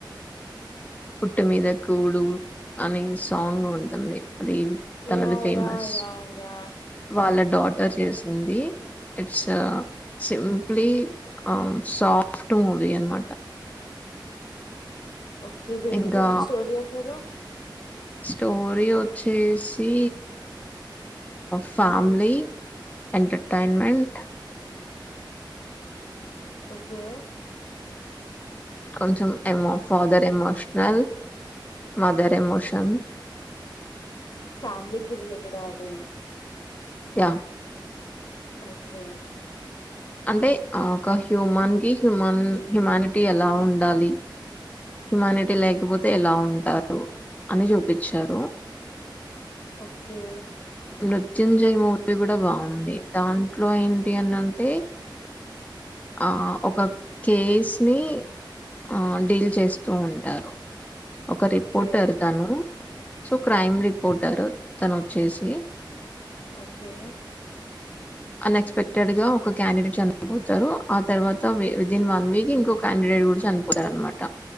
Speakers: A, on the left; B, on the left.
A: పుట్టు మీద కూడు అని సాంగ్ ఉంటుంది అది తనది
B: yeah!
A: Famous
B: Yeah! yeah! Yeah!
A: వాళ్ళ డాటర్ చేసింది ఇట్స్ సింప్లీ ఆ సాఫట్ మూవి అనమాటం
B: ఓకే దేని
A: ఇంకా
B: గురించి స్టోర్ చేసారా
A: స్టోరీ వచ్చేసి ఫ్యామిలీ
B: హ్మ్.
A: ఎంటర్టైన్మెంట్
B: ఓకే
A: కొంచెం ఎమో ఫాదర్ ఎమోషనల్ మదర్ ప్రమోషన్
B: ఫ్యామిలీకి రిలేటెడ్ అభయి
A: యా
B: ఓకే
A: అంటే హ్యూమన్ కి హ్యూమన్ హ్యూమానిటీ ఎలా ఉండాలి హ్యుమానిటీ లేకపోతే ఎలా ఉంటారు అని చూపించారు
B: ఓకే
A: నృత్యంజయ్ మూవీ కూడా బాగుంది దాంట్లో ఏంటి అని అంటే ఆ ఒక కేసు ని ఆ డీల్ చేస్తూ ఉంటారు ఒక రిపోర్టర్
B: ఓకే.
A: తాను సో క్రైమ్
B: హ్మ్.
A: రిపోర్టర్ తన వచ్చేసి
B: ఓకే
A: అన్ఎక్స్పెక్టెడ్ గా ఒక క్యాండిడేట్ అందబంది తారు ఆ తర్వాత విదిన్ వన్ వీక్ ఇంకో క్యాండేట్ కూడా చనిపోతారు అనమాట